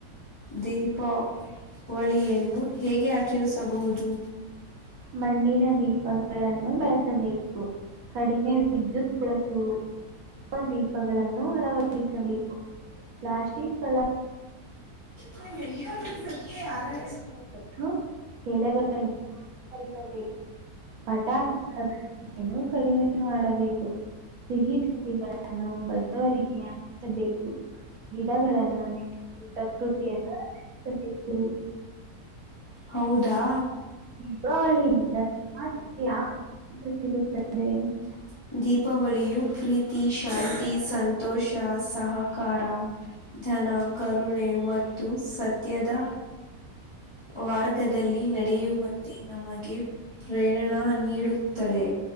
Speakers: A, on the left (about 35°); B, on the right (about 70°).
A: ದೀಪಾವಳಿಯನ್ನು ಹೇಗೆ ಆ ಚರಿಸಬಹುದು
B: ಮಣ್ಣಿನ ದೀಪಗಳನ್ನು ಬಳಸಬೇಕು ಕಡಿಮೆ ವಿದ್ಯುತ್ ಬ್ಳಸು ದೀಪಗಳನ್ನು ಅಳವಡಿಸಬೇಕು ಪ್ಲಾಸ್ಟಿಕ್ಲ
A: ನ ಎಲ್ಲ ಒ ಬರ್ತ್ತೆ ಯಾರ <unintelligible>
B: ಮತ್ತು ಎಲೆಗಡೆರಿಸಬೇಕು ಪಟಾಕಿ ಮಾಡಬೇಕ <unintelligible> ಏನ ಕಡಿಮೆ ಮಾಡಬೇಕು ಸಿಹಿ ತಿಂಡಿಗಳನ್ನು ಬಡವರಿಗೆ ಹಚಬೇಕು ಗಿಡಗಳನ್ನು ನ ಪ್ರಕೃತಿಯನ್ನುಬೇಕು
A: ಹೌದಾ
B: ದೀಪಾವಳಿಯಲ್ಲಕ್ಕೆ ಯಾವ ಸಂತೇಶ ಸಿಗುತ್ತದೆ
A: <unintelligible> ದೀಪಾವಳಿಯು ಪ್ರೀತಿ ಶಾಂತಿ ಸಂತೋಷ ಸಹಕಾರ ಧನ ಕರುಣೆ ಮತ್ತು ಸತ್ಯದ ವಾರ್ಗದಲ್ಲಿ ನಡೆಯುವಂತೆ ನಮಗೆ ಪ್ರೇರಣ ನೀಡುತ್ತದೆ